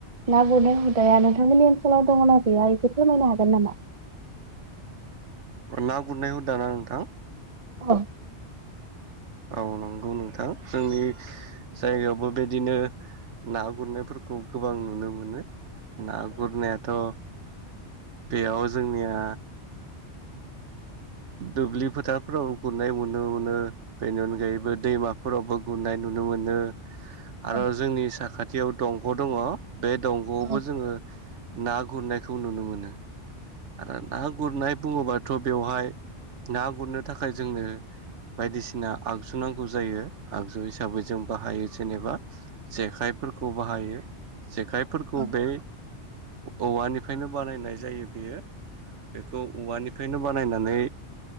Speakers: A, on the right; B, on the right.
A: ना गुरनाय हुदाया नोंथांमोननि ओनसोलाव दङना गैया इफोर फोरमायनो हागोन नामा
B: ना गुरनाय हुदाना नोंथां
A: औ
B: औ नंगौ नोंथां जोंनि जायगायावबो बेदिनो ना गुरनायफोरखौ गोबां नुनो मोनो ना गुरनायाथ' बेयाव जोंनिया दुब्लि फोथारफोराव गुरनाय नुनो मोनो बेनि अनगायैबो दैमाफोरावबो गुरनाय नुनो नुनो मोनो आरो
A: औ
B: जोंनि साखाथियाव दंग' दङ बे दंग'आवबो
A: औ
B: जोङो ना गुरनायखौ नुनो मोनो आरो ना गुरनाय बुङोबाथ' बेवहाय ना गुरनो थाखाय जोंनो बायदिसिना आगजु नांगौ जायो। आगजु हिसाबै जों बाहायो जेनेबा जेखाइ फोरखौ बाहायो। जेखाइफोरखौ
A: औ
B: बे औवानिफ्रायनो बानायनाय जायो बेयो। बेखौ औवानिफ्रायनो बानायनानै